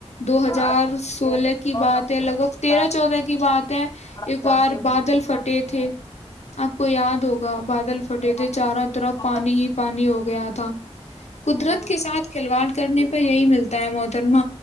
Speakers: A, on the left; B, on the left.
A: دو
B: ہاں
A: ہزار
B: اچھے
A: سولہ
B: سے
A: کی
B: موسم
A: بات ہے لگ
B: خراب
A: بھگ
B: ہو
A: تیرہ
B: جاتا
A: چودہ کی بات ہے
B: خراب
A: ایک
B: جاتی
A: بار
B: ہے
A: بادل
B: بھوک
A: پھٹے
B: مار جاتی
A: تھے آپ کوئی یاد ہوگا بادل پھٹے
B: ہے۔
A: تھے چاروں طرف
B: اچانک
A: پانی ہی پانی ہو گیا تھا قدرت
B: جی
A: کے ساتھ کھلواڑ کرنے یہی ملتا ہے موت جنم